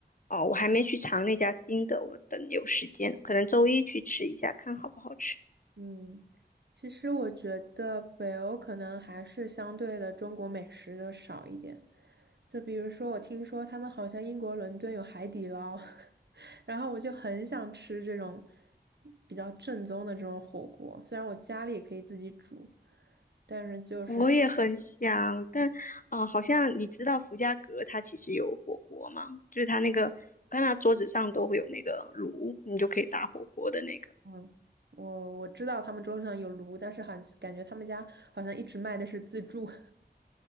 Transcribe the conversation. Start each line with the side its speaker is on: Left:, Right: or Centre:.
Left: 哦，我还没去尝那家新的，我等有时间，可能周一去吃一下，看好不好吃。
Right: 嗯，其实我觉得北欧可能还是相对的中国美食的少一点，就比如说我听说他们好像英国伦敦有海底捞，<laughs> 然后我就很想吃这种比较正宗的这种火锅，虽然我家里也可以自己煮，但是就是
Left: 我也很想，但，啊，好像你知道福家阁它其实有火锅吗？就是它那个，我看它桌子上都会有那个炉，你就可以打火锅的那个。
Right: 嗯，我我知道他们桌子上有炉，但是好像感觉他们家好像一直卖的是自助。